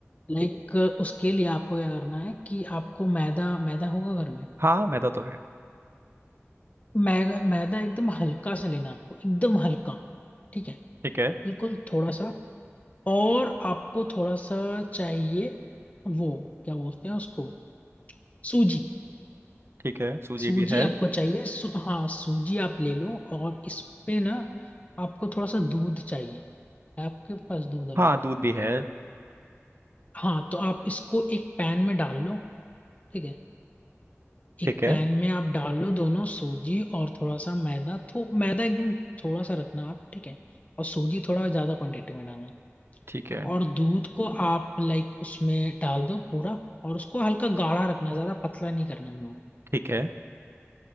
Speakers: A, on the left; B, on the right.
A: लाइक उसके लिए आपको क्या करना है कि आपको मैदा मैदा होगा घर में
B: हाँ मैदा तो है
A: मैदा मैदा एकदम हल्का सा लेना आपको एकदम हल्का ठीक है
B: ठीक है
A: बिल्कुल थोड़ा सा और आपको थोड़ा सा चाहिए वो क्या बोलते हैं उसको सूजी
B: ठीक है सूजी
A: सूजी
B: भी है
A: आपको चाहिए सू, हाँ सूजी आप ले लो और इस पे ना आपको थोड़ा सा दूध चाहिए है आपके पास दूध
B: हाँ
A: अभी
B: दूध भी है
A: हाँ तो आप इसको एक पैन में डाल लो ठीक है
B: ठीक
A: एक
B: है
A: पैन में आप डाल लो दोनों सूजी और थोड़ा सा मैदा तो मैदा एकदम थोड़ा सा रखना आप ठीक है और सूजी थोड़ा ज्यादा क्वांटिटी में डालना
B: ठीक है
A: और दूध को आप लाइक उसमें डाल दो पूरा और उसको हल्का गाढ़ा रखना ज्यादा पतला नहीं करना हम लोगों
B: ठीक है